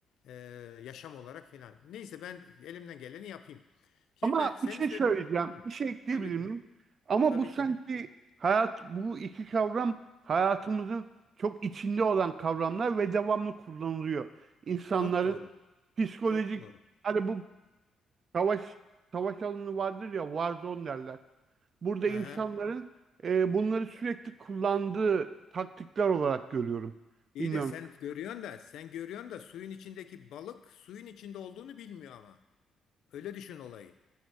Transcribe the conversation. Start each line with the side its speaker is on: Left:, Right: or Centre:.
Left: e, yaşam olarak falan. Neyse ben elimden geleni yapayım. Şimdi
Right: Ama
Left: senin
Right: bir şey
Left: söylediğin
Right: söyleyeceğim,
Left: Hı,
Right: bir şey ekleyebilir
Left: tabii
Right: miyim?
Left: ki.
Right: Ama
Left: Tabii
Right: bu sanki
Left: ki.
Right: hayat, bu iki kavram hayatımızın çok içinde olan kavramlar ve devamlı kullanılıyor. İnsanların
Left: Çok doğru.
Right: psikolojik,
Left: Çok doğru.
Right: hani bu savaş, savaş alanı vardır ya, warzone derler. Burada
Left: Hı
Right: insanların
Left: hı.
Right: e, bunları sürekli kullandığı taktikler olarak görüyorum.
Left: İyi
Right: Bilmiyorum.
Left: de sen görüyorsun da sen görüyorsun da suyun içindeki balık suyun içinde olduğunu bilmiyor ama. Öyle düşün olayı.